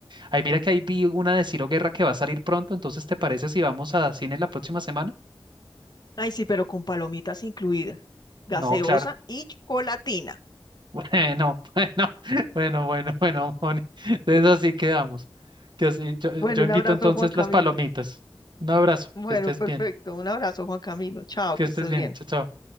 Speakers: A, on the right; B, on the left.
A: Ay, mira que ahí vi una de Ciro Guerra que va a salir pronto, entonces ¿te parece si vamos a cine la próxima semana?
B: ay sí, pero con palomitas incluidas, gaseosa
A: No, claro.
B: y chocolatina.
A: Bueno, <laughs> bueno, bueno, bueno, bueno, Moni. Entonces así quedamos. Que así- yo, yo
B: Bueno,
A: invito
B: un abrazo,
A: entonces
B: Juan Camilo.
A: las palomitas. Un abrazo,
B: Bueno,
A: que estés
B: perfecto.
A: bien,
B: Un abrazo, Juan Camilo. Chao,
A: que
B: que
A: estés
B: estés
A: bien,
B: bien.
A: chao, chao.